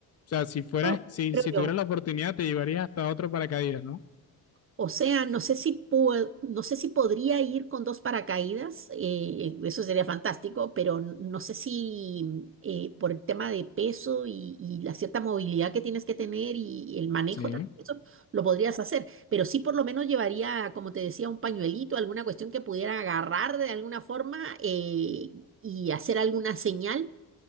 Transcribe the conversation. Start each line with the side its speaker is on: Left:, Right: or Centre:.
Left: O sea, si fueras,
Right: Oh,
Left: si,
Right: Creo
Left: si
Right: yo.
Left: tuvieras la oportunidad, te llevarías hasta otro paracaídas, ¿no?
Right: O sea, no sé si pue- no sé si podría ir con dos paracaídas, eh, eso sería fantástico, pero n- no sé si eh, por el tema de peso y, y la cierta movilidad que tienes que tener y el manejo,
Left: Sí.
Right: también, eso lo podrías hacer, pero sí por lo menos llevaría, como te decía, un pañuelito, alguna cuestión que pudiera agarrar de alguna forma eh, y hacer alguna señal